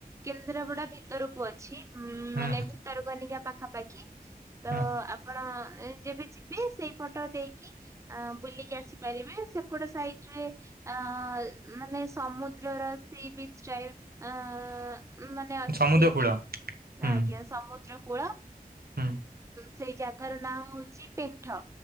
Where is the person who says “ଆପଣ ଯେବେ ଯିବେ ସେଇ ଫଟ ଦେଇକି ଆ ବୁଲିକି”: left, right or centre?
Right